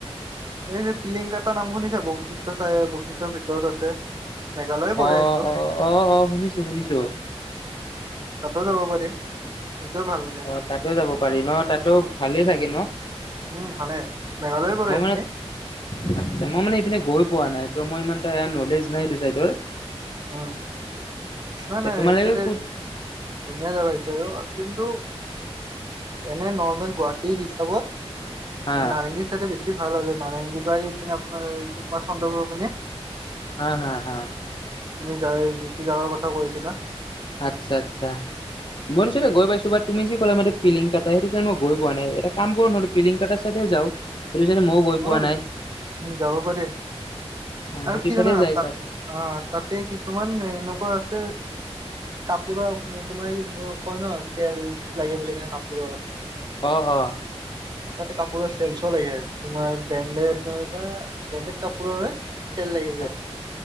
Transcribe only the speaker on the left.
অ',
অ', অ', অ', শুনিছোঁ, শুনিছোঁ।
অ', তাতো যাব পাৰি ন'? তাতো ভালেই চাগে ন'?
মই
মানে আচ্ছা মই মানে এইপিনে গৈ পোৱা নাই ত' মই ইমানটা ন'লেজ নাই সেইটো চাইদৰ।
তোমালোকে
ক'ত
হা
হা, হা, হা।
আচ্ছা আচ্ছা মই নিছতে গৈ পাইছো বা তুমি যি ক'লে ম পিংটা সেইটোই মই গ পোৱা নাই এটা কাম কৰো নো পিলিং কটা চাইদেওঁ যাওঁ সেইটো চাইডে মইও গৈ পোৱা
নাই
সেইটো
চাইডে
যাই
চাওক
আহ অ
আ